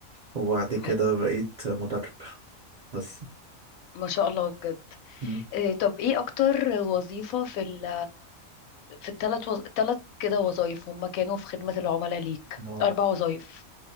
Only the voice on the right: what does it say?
وبعد كده
بقيت مدرب بس
مم.
آه.